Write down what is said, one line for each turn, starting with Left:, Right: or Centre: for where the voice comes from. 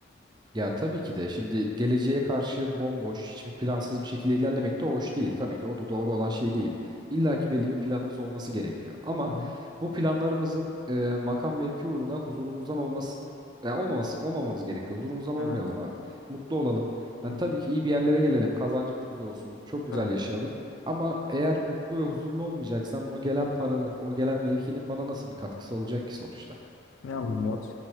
Right: Ya tabii ki de şimdi geleceğe karşı bomboş, hiçbir plansız bir şekilde ilerlemek de hoş değil. Tabii ki o da doğru olan şey değil. İlla ki belli bir planımız olması gerekiyor. Ama
Left: Hı hı.
Right: bu planlarımızın e, makam mevki uğruna huzurumuzdan olması ya olmaması olmamamız gerekiyor. Huzurumuzdan olmayalım
Left: Evet.
Right: abi. Mutlu olalım. Hani
Left: Hı hı.
Right: tabii ki iyi bir yerlere gelelim. Kazancımız güzel olsun. Çok güzel
Left: Evet.
Right: yaşayalım. Ama eğer mutlu ve huzurlu olmayacaksam o gelen paranın, o gelen mevkinin bana nasıl bir katkısı olacak ki sonuçta?
Left: Ne anlamı yok?